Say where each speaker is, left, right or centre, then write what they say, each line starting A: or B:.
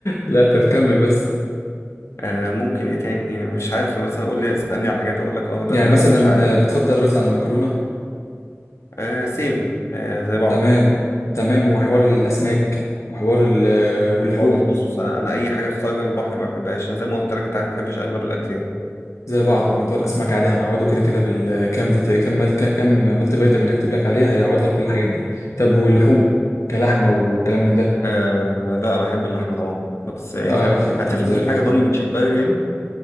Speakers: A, on the left; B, on the left.
A: لا طب كمل بس
B: آه ممكن ايه تاني مش عارف مثلا قول لي اسألني على حاجات اقول لك اه ولا
A: يعني
B: لا
A: مثلا
B: عشان مش عارف
A: بتفضل رز عن المكرونه
B: آه سيم آه زي بعض
A: تمام تمام وحوار الاسماك وحوار ال- واللحوم
B: خالص بص بص انا انا اي حاجه خارجه من البحر ما بحبهاش انا زي ما قلت لك انت عارف ما بحبش اغلب الاكل يعني
A: زي بعضه موضوع الاسماك عادي هنعوضه كده كده بالكام فيتا كام مل... كام ملتي فيتامين هكتب لك عليها هيعوض لك كل الحاجات دي طب واللحوم كلحمه وكلام من ده
B: آه لا بحب اللحمة طبعا بس يعني
A: اه
B: فاهم
A: اكيد
B: هتفرق
A: طب زي
B: في
A: الفل
B: حاجة ضاني من شمبري يعني